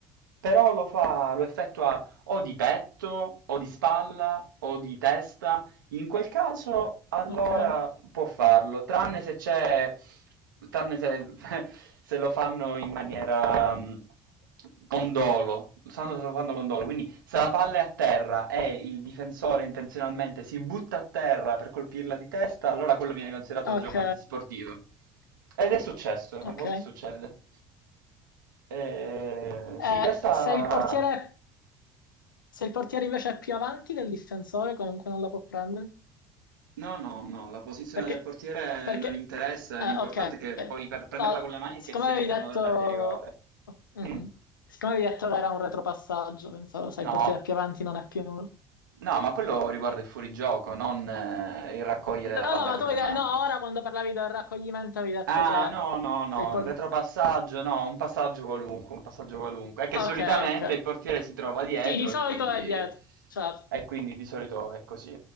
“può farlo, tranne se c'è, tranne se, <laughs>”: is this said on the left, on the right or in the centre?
Right